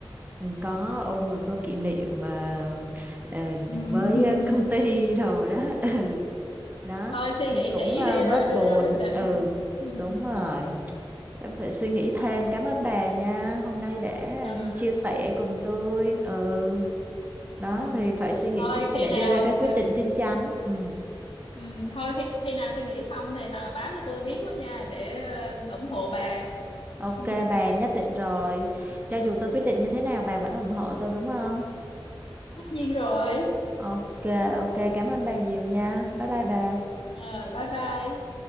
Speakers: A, on the right; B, on the left.
A: có ôn một số kỷ niệm mà ờ,
B: Ừ.
A: với
B: <laughs>
A: công ty đồ đó <laughs> đó
B: thôi suy
A: ừ,
B: nghĩ
A: cũng
B: kỹ
A: ờ,
B: đi
A: bớt
B: rồi đưa
A: buồn
B: ra quyết định
A: ừ
B: <laughs>
A: đúng rồi em phải suy nghĩ thêm cảm ơn bà nha hôm nay đã
B: ừ.
A: chia sẻ cùng tôi ừ đó
B: Ừ.
A: thì phải suy nghĩ
B: thôi
A: thêm
B: khi
A: để
B: nào
A: đưa ra cái quyết định chín chắn ừ
B: ừ. thôi khi, khi nào suy nghĩ xong thì là báo cho tôi biết quá nha để ờ, ủng hộ bà
A: ok
B: <laughs>
A: bà nhất định rồi cho dù tôi quyết định
B: ừ.
A: như thế nào bà vẫn ủng hộ tôi đúng không
B: tất nhiên rồi
A: ok ok cảm ơn bà nhiều nha bye bye bà
B: Ờ, bye bye